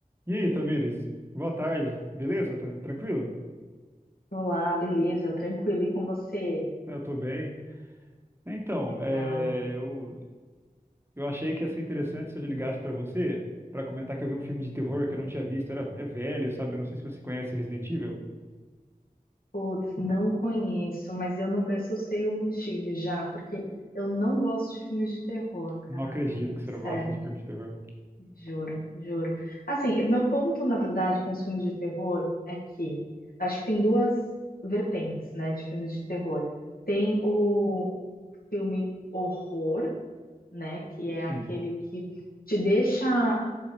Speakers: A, on the right; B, on the left.
A: E aí, Tamires? Boa tarde. Beleza? Tá tranquilo?
B: Olá, beleza? Tranquilo. E com você?
A: Eu tô bem. Então,
B: Legal.
A: é, eu, eu achei que ia ser interessante se eu ligasse pra você pra comentar que eu vi um filme de terror que eu não tinha visto. Era, é velho, sabe? Eu não sei se você conhece Resident Evil.
B: Putz, não conheço, mas eu não conheço, eu sei o motivo já, porque eu não gosto de filmes de terror, cara.
A: Não acredito que você
B: Sério,
A: não gosta de filme de terror.
B: juro, juro. Assim, meu ponto, na verdade, com os filmes de terror é que acho que tem duas vertentes, né, de filmes de terror. Tem o filme horror, né? Que é
A: Sim.
B: aquele que te deixa,